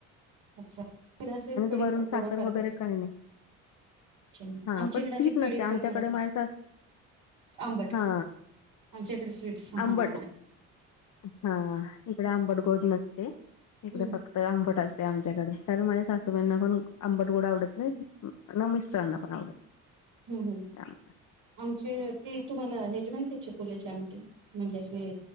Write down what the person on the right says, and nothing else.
अच्छा इकडं असं कडी
पकोडा
कारत्यात.
अच्छा
आमच्या
इकडे
अशी
कडी
पकोडा
आंबट
आमच्या इकडे स्वीट्स हां.
हम्म
हम् हम्.
आमची ती तुम्हाला हेजी माहितीय चकुलेची आमटी म्हणजे अशी